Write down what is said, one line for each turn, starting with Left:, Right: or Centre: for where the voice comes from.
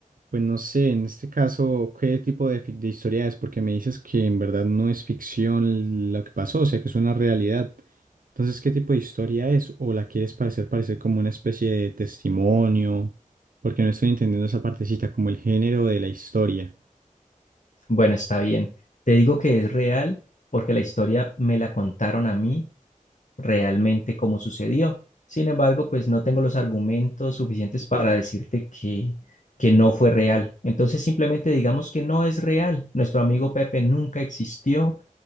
Right: pues no sé, en este caso, ¿qué tipo de, fic- de historia es? Porque me dices que en verdad no es ficción lo que pasó, o sea que es una realidad. Entonces, ¿qué tipo de historia es? ¿O la quieres parecer parecer como una especie de testimonio? Porque no estoy entendiendo esa partecita, como el género de la historia.
Left: Bueno, está bien. Te digo que es real porque la historia me la contaron a mí realmente cómo sucedió. Sin embargo, pues no tengo los argumentos suficientes para decirte que, que no fue real. Entonces simplemente digamos que no es real. Nuestro amigo Pepe nunca existió,